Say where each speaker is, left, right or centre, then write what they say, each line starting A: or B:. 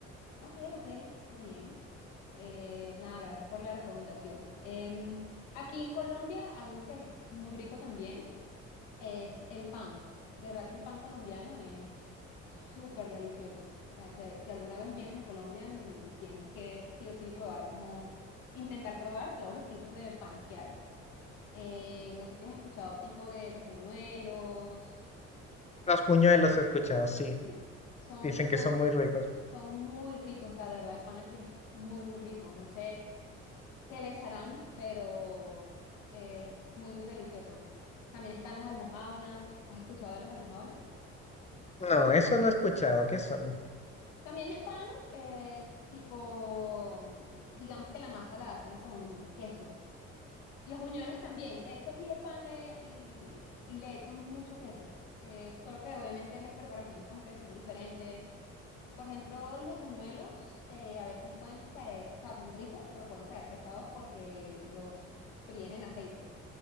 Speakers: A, on the left (about 85°); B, on the left (about 20°).
A: Ok, ok, está bien. Eh, nada, gracias por la recomendación. Em, aquí en Colombia, algo que es muy rico también es el pan. De verdad que el pan colombiano es súper delicioso. O sea, si, si alguna vez vienes a Colombia, mm, tienes que sí o sí probar, como intentar probar todos los tipos de panes que hay. Eh, no sé si has escuchado tipo de los buñuelos.
B: Los puñuelos he escuchado, sí.
A: Sí, son,
B: Dicen
A: son,
B: que son muy ricos.
A: son muy ricos. O sea, de verdad, el pan aquí es muy, muy rico. No sé. que le echarán, pero es muy, muy delicioso. También están las almojábanas. ¿Has escuchado de las almojábanas?
B: No, eso no he escuchado. ¿Qué son?
A: También es pan, eh, tipo, mm, digamos que la masa la hacen con queso. Los buñuelos también. De hecho, aquí el pan le, y- le echan mucho queso. eh, solo que obviamente las preparaciones como que son diferentes. Por ejemplo, los buñuelos eh, a veces pueden caer, o sea, son ricos, pero pueden caer pesados porque los fríen en aceite.